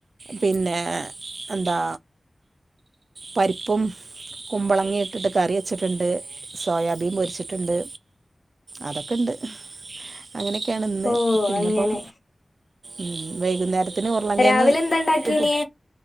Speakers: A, on the right; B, on the left.
A: പിന്നെ എന്താ പരിപ്പും കുമ്പളങ്ങിട്ട് ഇട്ടിട്ട് കറി വച്ചിട്ടുണ്ട് സോയാബീൻ പൊരിച്ചിട്ടുണ്ട് അതൊക്കെണ്ട് അങ്ങനെയൊക്കെയാണ് ഇന്ന്
B: ഓ
A: പിന്നപ്പം
B: അങ്ങനെ
A: ഉം വൈകുന്നേരത്തിന് ഉർളം കേങ്
B: രാവിലെ എന്താ ഉണ്ടാക്കീന്
A: ഹ് പൊ